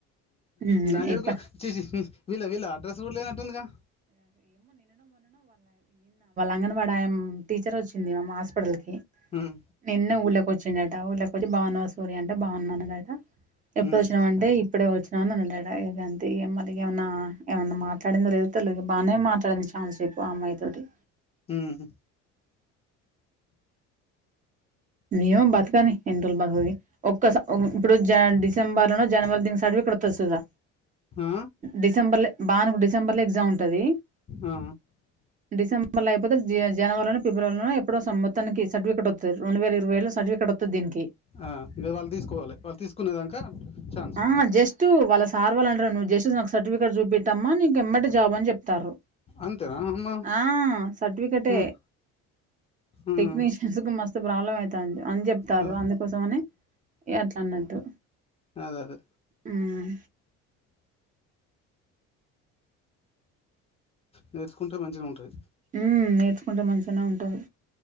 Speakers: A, on the right (about 25°); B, on the left (about 20°).
A: హ్మ్
B: ఈ నాజడుకులో
A: ఇప్ప
B: చేసి వీళ్ళ వీళ్ళ అడ్రస్ కూడా లేనట్టుందిగా
A: అంగనవాడ టీచర్ వచ్చింది మా హాస్పిటల్ కి
B: హ్మ్
A: నిన్న ఊళ్ళక వచ్చిడట ఊళ్ళక వచ్చి బాన్నా సూర్య అంటే బాగున్నానుదట ఎప్పుడు
B: ఉమ్
A: వచ్చినా అంటే ఇప్పుడే వచ్చి నేడా ఇది అంతే మళ్ళ ఏమన్నా ఏమన్నా మాట్లాడిందో లే తెలు బానే మాట్లాడింది ఛాన్సపు ఆ అమ్మాయి తోటి
B: ఉమ్
A: ఏమో బతకని ఎన్ని రోులు బతకదు ఒక్కస ఇప్పుడు జ డిసెంబర్ లో జనవరినికి స్టార్ట్ డుస్తు
B: ఆ
A: డిసెంబర్ బాగాకు డిసెంబర్ లో ఎగ్జామ్ ఉంటంది
B: ఆ
A: డిసెంబర్ అయిపోతే జ జనవరిలో ఫిబ్రవరిలోన <unintelligible> సర్టికేట్ వస్తుంది రెడు వే ఇరవై ఏలో సర్ఫికేట్స్తుంది దీనికి
B: ఆ ఇక వాళ్ళు తీసుకోవాలి వాళ్ళు తీసుకునేదాక ఛాన్స్
A: ఆ జస్ట్ వాళ్ళ సార్వళంట నువ్వు చేసేసి నాకు సర్టిఫికేట్ చూపట్టమ్మా నీకు ఎంమడిటి జాబ్ అని చెప్తారు
B: అంతేనా అమ్మ
A: ఆ సర్టిఫికెట్‌
B: ఉమ్ ఉమ్
A: టెక్నిషియన్స్ మస్త ప్రాబ్లం అవుతుంది అని చెప్తారు
B: అదే
A: అందుకోసం అని అట్లా అన్నట్టు
B: అదే అదే
A: మ్మ్
B: నేర్చుకుంటే మంచిగా ఉంటుంది
A: ఉ నేర్చుకుంటే మంచిగానే ఉంటంది